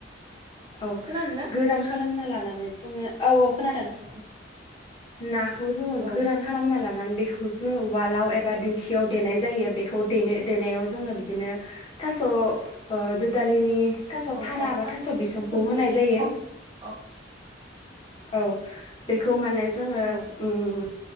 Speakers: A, on the left; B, on the right.
A: औ
B: खोनादों ना
A: गोरान खालामना लानानै जोङो औ औ खोनादों।
B: औ
A: नाखौ जोङो
B: औ
A: गोरान खालामना लानानै बेखौ खौ जोङो उवालाव एबा दिंखियाव देनाय जायो बेखौ देनो देनायाव जोङो बिदिनो थास' ओ दुदालिनि थास'
B: औ
A: थारा
B: औ
A: बा थास' बिसंखौ
B: गोरलै
A: होनाय जायो।
B: औ औ।
A: औ बेखौ माने जोङो
B: औ
A: उम